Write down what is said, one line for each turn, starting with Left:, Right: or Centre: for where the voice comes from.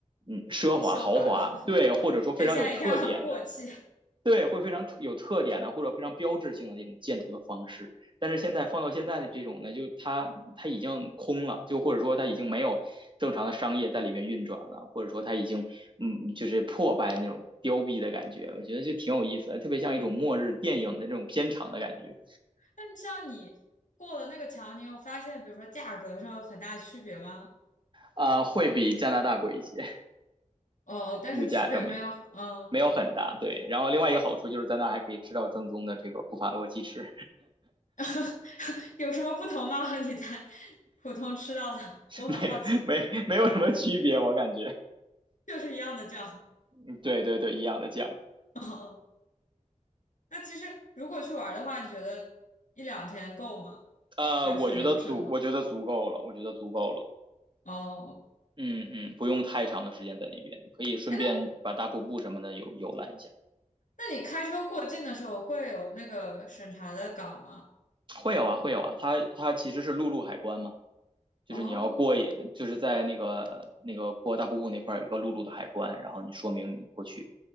Right: 嗯奢华豪华，
Left: 奢华，
Right: 对，或者说非常有特点的
Left: <laughs> 但现在一看很过气。
Right: 对，会非常有特点的或者非常标志性的那种建筑的方式。但是现在放到现在的这种呢，就它它已经空了，就或者说它已经没有正常的商业在里面运转了，或者说它已经嗯就是破败那种凋敝的感觉。我觉得就挺有意思的，特别像一种末日电影的这种片场的感觉
Left: 那像你过了那个桥，你有发现，比如说价格上有很大区别吗？
Right: 啊、呃会比加拿大贵一些，
Left: 哦，但是区别没有，
Right: 物价上面
Left: 嗯，
Right: 没有很大。对，然后另外一个好处就是在那还可以吃到正宗的这个布法罗鸡翅，
Left: <laughs> 有什么不同吗？<laughs> 和你在普通吃到的，
Right: <laughs>
Left: 我很好奇，
Right: 没没没有什么区别，我感觉。
Left: 就是一样的酱。
Right: 嗯对对对，一样的酱。
Left: <laughs> 哦，那其实如果去玩的话，你觉得一两天够吗？
Right: 呃，
Left: 开顺流程的话，
Right: 我觉得足，我觉得足够了，我觉得足够了。
Left: 哦，
Right: 嗯嗯，不用太长的时间在那边，可以顺便把大瀑布什么的游游览一下。
Left: 哎，那那你开车过境的时候会有那个审查的岗吗？
Right: 会有啊，会有啊，它它其实是陆路海关嘛，就是你要过一，
Left: 哦，
Right: 就是在那个那个过大瀑布那块儿有一个陆路的海关，然后你说明你过去